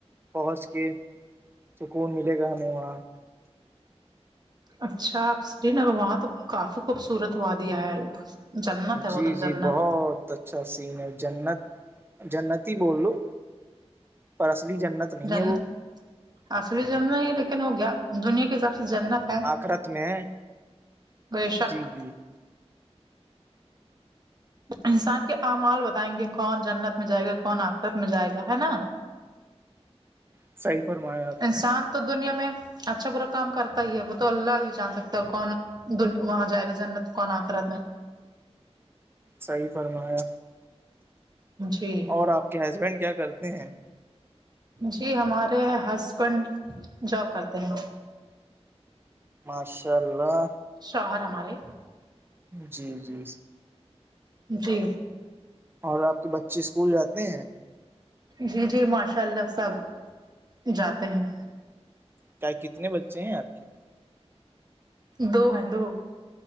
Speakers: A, on the right; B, on the right.
A: پہنچ کے سکون ملے گا ہمیں وہاں
B: اچھا آپ سری نگر وہاں تو کافی خوبصورت ہوا دیا ہے جنت ہے
A: جی
B: وہ تو
A: جی
B: جنت
A: بہت اچھا سین ہے جنت جنتی ہی بول لو پر اصلی جنت نہیں
B: جنا
A: ہے وہ
B: اس بھی جنا ہی ہو گیا دنیا کے حساب سے جنت ہے
A: آخرت میں ہے
B: بے شک
A: جی جی
B: انسان کے امال بتائیں گے کون جنت میں جائے گا کون آخرت میں جائے گا ہے نا
A: صحیح فرمایا آپ
B: انسان
A: نے
B: تو دنیا میں اچھا با کام کرتا ہی ہے وہ تو اللہ ہی جان سکتا ہے کون وہاں جائے گا جنت کون آ کررا میں
A: صحیح فرمایا
B: جی
A: اور آپ کے ہسبینڈ کیا کرتے ہیں
B: جی ہمارے ہسبینڈ جاب کرتے ہیں
A: ماشاء اللہ
B: شوہر ہمارے
A: جی جی
B: جی
A: اور آپ کے بچے اسکول جاتے ہیں
B: جی جی ماشاء اللہ سب جاتے ہیں
A: کیا کتنے بچے ہیں آپ کے
B: دو ہیں دو